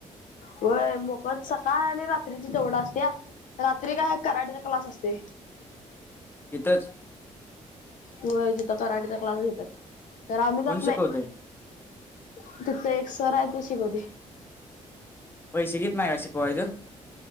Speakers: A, on the left; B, on the left.
A: होय मोकळ सकाळ आणि रात्रीची तेवढं असतेया, रात्री काय कराट्याचे क्लास असते.
B: इथंच.
A: व्हय तिथं कराटयाचा क्लास घेतात, तर आम्ही जात
B: कोण शिकवतय
A: नाही. तिथलं एक सर आहे ते शिकवते.
B: पैसे घेत नाही का शिकवायाचं.